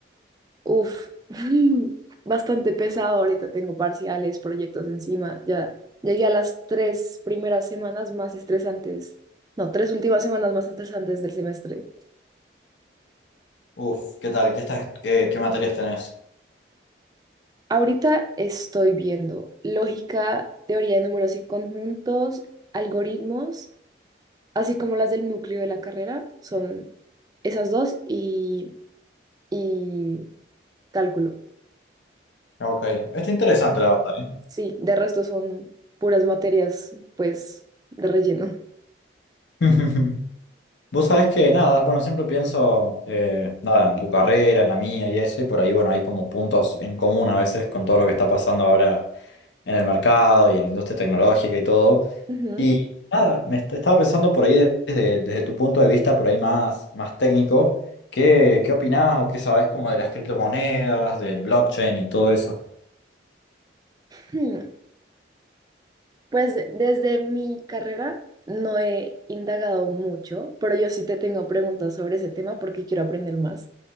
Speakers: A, on the right; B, on the left.
A: Uf, <laughs> bastante pesado. Ahorita tengo parciales, proyectos encima. Ya llegué a las tres primeras semanas más estresantes. No, tres últimas semanas más estresantes del semestre.
B: Uf, ¿qué tal? ¿Qué estás? ¿Qué, qué materias tenés?
A: Ahorita estoy viendo lógica, teoría de números y conjuntos, algoritmos, así como las del núcleo de la carrera. Son esas dos y, y cálculo.
B: Ok, está interesante la verdad, ¿eh?
A: Sí, de resto son puras materias, pues, de relleno.
B: <laughs> Vos sabés que nada, bueno, siempre pienso eh, nada, en tu carrera, en la mía y eso, y por ahí, bueno, hay como puntos en común a veces con todo lo que está pasando ahora en el mercado y en la industria tecnológica y todo.
A: Ujú.
B: Y nada, me est- estaba pensando por ahí de- desde, desde tu punto de vista, por ahí más, más técnico, ¿qué, qué opinás o qué sabés como de las criptomonedas, del blockchain y todo eso?
A: Hmm, Pues de- desde mi carrera no he indagado mucho, pero yo sí te tengo preguntas sobre ese tema porque quiero aprender más.